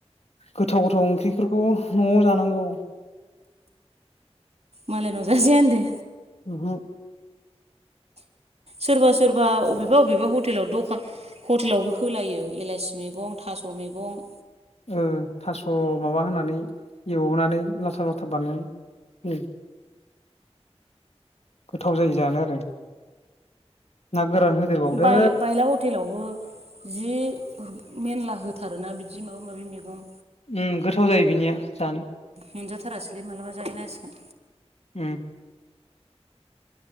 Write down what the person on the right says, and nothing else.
मालाय नाव जाजाया ओनदो।
सोरबा सोरबा अबेबा अबेबा हटेलाव दखा हटेलावबो होलायो एलासि मेगं थास' मेगं।
बाय बायला हटेलावबो जि मेनला होथारोना बिदि माबा माबि मेगं
मोनजाथारासैलै मालाबा जाहैनांसिगोन